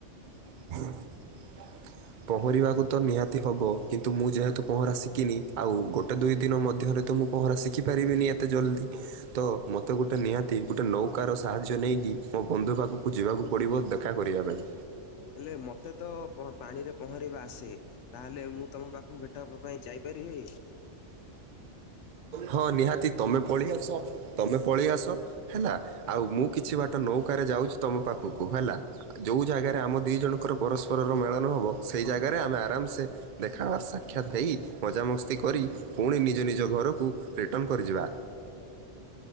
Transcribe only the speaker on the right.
<unintelligible> ପହଁରିବାକୁ ତ ନିହାତି ହେବ କିନ୍ତୁ ମୁଁ ଯେହେତୁ ପହଁରା ଶିଖିନି, ଆଉ ଗୋଟେ ଦୁଇ ଦିନ ମଧ୍ୟରେ ତ ମୁଁ ପହଁରା ଶିଖିପାରିବିନି ଏତେ ଜଲ୍ଦି। ତ ମୋତେ ଗୋଟେ ନିହାତି, ଗୋଟେ ନୌକାର ସାହାଯ୍ୟ ନେଇକି, ମୋ ବନ୍ଧୁ ପାଖକୁ ଯିବାକୁ ପଡ଼ିବ, ଦେଖା କରିବା ପାଇଁ।
ହଁ ନିହାତି, ତମେ ପଳେଇ ଆସ, ତମେ ପଳେଇ ଆସ। ହେଲା, ଆଉ ମୁଁ କିଛି ବାଟ ନୌକାରେ ଯାଉଚି ତମ ପାଖକୁ ହେଲା। ଯୋଉ ଜାଗାରେ ଆମ ଦୁଇ ଜଣଙ୍କର ପରସ୍ପରର ମେଳନ ହେବ, ସେହି ଜାଗାରେ ଆମେ ଆରାମସେ ଦେଖବାର୍ ସାକ୍ଷାତ ହେଇ, ମଜାମସ୍ତି କରି, ପୁଣି ନିଜ ନିଜ ଘରକୁ ରିଟର୍ଣ୍ଣ କରିଯିବା।